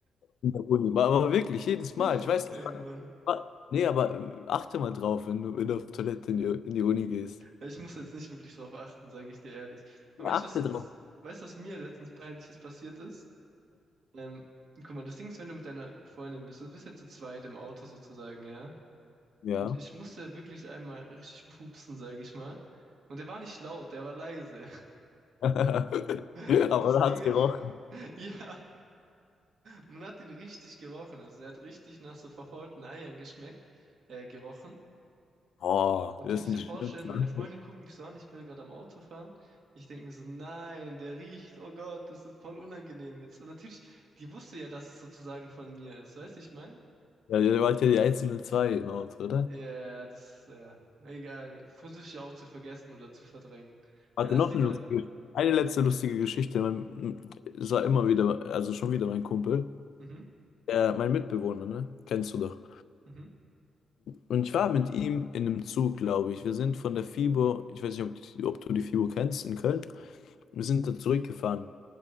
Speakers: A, on the left; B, on the right.
A: In der Uni. Aber, aber wirklich, jedes Mal.
B: Ey,
A: Ich weiß nicht.
B: Mann.
A: wa- Nee, aber äh, achte mal drauf, wenn du, wenn du auf Toilette in die, in die Uni gehst.
B: Ja, Ich muss jetzt nicht wirklich drauf achten, sage ich dir ehrlich. Aber
A: Ja,
B: weißt
A: achte
B: du, was,
A: drauf.
B: was, weißt du, was mir letztens Peinliches passiert ist? Ähm, guck mal, das Ding ist, wenn du mit deiner Freundin bist, du bist ja zu zweit im Auto sozusagen, ja?
A: Ja.
B: Und ich musste wirklich einmal richtig pupsen, sage ich mal. Und der war nicht laut, der war leise.
A: <laughs>
B: <laughs> Und
A: Aber
B: das
A: da
B: Ding
A: hat's
B: ist,
A: gerochen.
B: <laughs> ja, man hat ihn richtig gerochen. Also er hat richtig nach so verfaulten Eiern geschmeckt, äh, gerochen.
A: Oh,
B: Und
A: das
B: du musst
A: sind
B: dir vorstellen,
A: die schlimmsten.
B: meine Freundin guckt mich so an, ich bin gerade am Autofahren. Ich denke mir so, nein, der riecht, oh Gott, das ist voll unangenehm jetzt. Und natürlich, die wusste ja, dass es sozusagen von mir ist, weißt du, ich meine?
A: Ja, ihr wart ja die einzelnen zwei im Auto,
B: Ja, ja, das, ja, egal, versuche ich auch zu vergessen oder zu verdrängen.
A: Warte,
B: Ja, lass
A: noch
B: lieber,
A: eine lustige, eine letzte lustige Geschichte. Mein, es war immer wieder, also schon wieder mein Kumpel,
B: mhm,
A: der, mein Mitbewohner, ne? Kennst du doch.
B: mhm,
A: Und ich war mit ihm in einem Zug, glaube ich. Wir sind von der FIBO, ich weiß nicht, ob, die- ob du die FIBO kennst, in Köln. Wir sind da zurückgefahren,